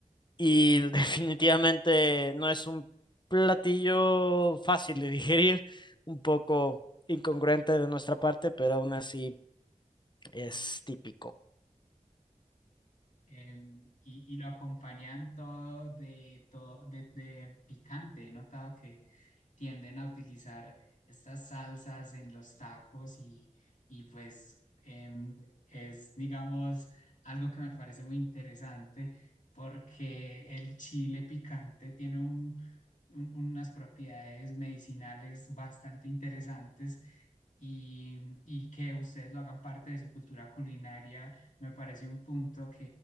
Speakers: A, on the left; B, on the left.
A: y definitivamente no es un platillo fácil de digerir, un poco incongruente de nuestra parte, pero aún así es típico.
B: Em, y, y lo acompañan todo de, todo de, de picante. He notado que tienden a utilizar estas salsas en los tacos y, y pues em, es, digamos, algo que me parece muy interesante porque el chile picante tiene un- un- unas propiedades medicinales bastante interesantes. Y, y que ustedes lo hagan parte de su cultura culinaria, me parece un punto